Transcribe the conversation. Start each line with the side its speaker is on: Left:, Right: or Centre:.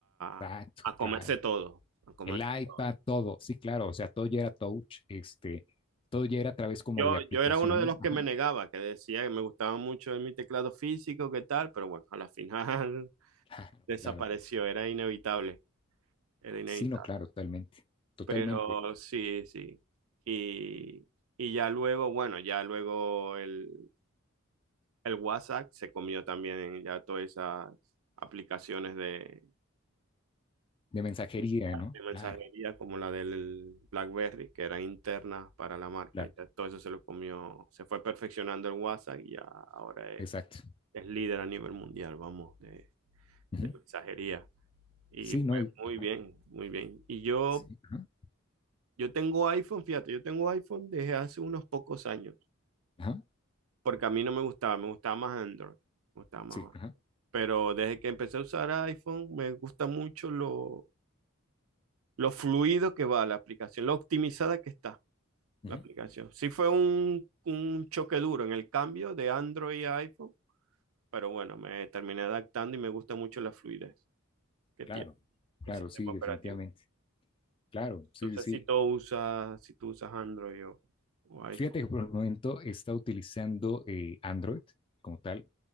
Left: Exacto,
Right: a, a comerse
Left: claro,
Right: todo, a comerse
Left: el iPad,
Right: todo.
Left: todo, sí, claro, o sea, todo ya era touch, este, todo ya era a través como
Right: Yo,
Left: de aplicaciones,
Right: yo era uno de los que
Left: ajá,
Right: me negaba, que decía que me gustaba mucho mi teclado físico, qué tal, pero bueno, a la final
Left: <laughs> claro,
Right: <laughs> desapareció,
Left: claro,
Right: era inevitable, era inevitable.
Left: sí, no, claro, totalmente, totalmente,
Right: Pero sí, sí. Y, y ya luego, bueno, ya luego el, el WhatsApp se comió también ya todas esas aplicaciones de
Left: de mensajería, ¿no?
Right: de mensajería
Left: Claro.
Right: como la del BlackBerry, que eran internas para la marca.
Left: Claro,
Right: Y ya todo eso se lo comió, se fue perfeccionando el WhatsApp y ya ahora es,
Left: exacto.
Right: es líder a nivel mundial, vamos, de,
Left: Ujú.
Right: de mensajería. Y
Left: Sí,
Right: pues
Left: no, y-
Right: muy
Left: ajá,
Right: bien, muy bien. Y yo,
Left: sí, ajá,
Right: yo tengo iPhone, fíjate, yo tengo iPhone desde hace unos pocos años,
Left: ajá,
Right: porque a mí no me gustaba, me gustaba más Android, me gustaba más.
Left: sí, ajá,
Right: Pero desde que empecé a usar iPhone, me gusta mucho lo, lo fluido que va la aplicación, lo optimizada que está.
Left: ujú.
Right: la aplicación. Sí fue un, un choque duro en el cambio de Android a iPhone, pero bueno, me terminé adaptando y me gusta mucho la fluidez que
Left: Claro,
Right: tiene
Left: claro,
Right: el sistema
Left: sí, definitivamente.
Right: operativo.
Left: Claro, sí,
Right: No
Left: sí,
Right: sé
Left: sí.
Right: si tú usas, si tú usas Android o, o iPhone.
Left: Fíjate que por el momento está utilizando eh, Android como tal,